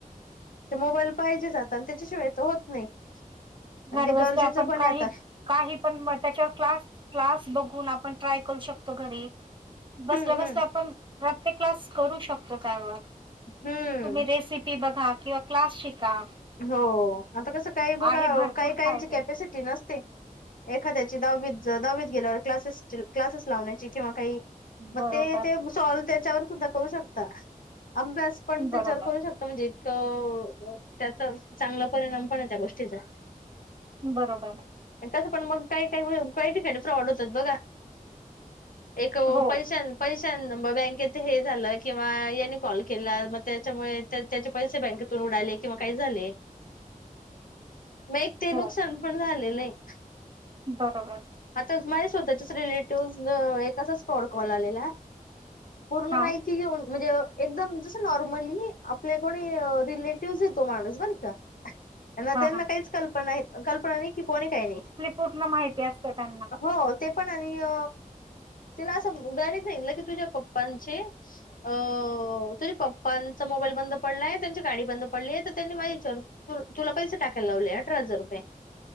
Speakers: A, on the left (about 70°); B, on the right (about 35°).
A: ते मोबाईल पाहिजे जात आणि त्याच्याशिवाय तर होत नाही आणि
B: घरबसल्या
A: ते गरजेचं
B: आपण
A: पण
B: काही
A: आहे आता
B: काही पण त्याच्यावर क्लास क्लास बघून आपण ट्राय करू शकतो घरी बसला
A: हम्म
B: बसलं
A: हम्म.
B: आपण प्रत्यक्षात क्लास करू शकतो त्यावर
A: हम्म
B: तुम्ही रेसिपी बघा किंवा क्लास शिका
A: हो आता कसं काही
B: आहे
A: बघा
B: भरपूर
A: काही काहीची
B: फायदे
A: कॅपॅसिटी नसते एखाद्याची दावीत दावीत गेल्यावर क्लासेस क्लासेस लावण्याची किंवा काही मग
B: बरोबर
A: ते ते सॉल्व त्याच्यावर सुद्धा करू शकता अभ्यास पण त्याच्यावर
B: बरोबर
A: करू शकत म्हणजे इतकं त्याचा चांगला परिणाम पण आहे त्या गोष्टीचा
B: बरोबर
A: कसं पण मग काही काही काही ठिकाणी प्रॉड होतात बघा एक
B: हो
A: पैश पैशां बँकेेत हे झालं किंवा या कॉल केला मग त्याच्यामुळे त्याचे पैसे बँकेतून उडाले किंवा काही झाले मग एक ते
B: हो
A: नुकसान पण झालेलं एक
B: बरोबर
A: आता माझ स्वतःच्याच रिलेटिव्ह एक अस स्पॉड कॉल आलेला पूर्ण
B: हा
A: माहि की घेऊन म्हणजे एकदम जस नॉर्मली आपले कोणी रिलेटिव्हज येतो माणूस बर का त्यांना
B: हा हा
A: काहीच कल्पना कल्पना नाही कि कोणी काही नाही
B: पूण माहिती त्या
A: हो ते पण आणि अ तिला असं बरीच नाही की तुझ्या पप्पांचे अ तुझ्या पप्पांचा मोबाईल बंद पडलाय त्यांची गाडी बंद पडली आहे तर त्यांनी माझी विचारून त तुला पैसे टाकायला लावले अठरा हजार रुपये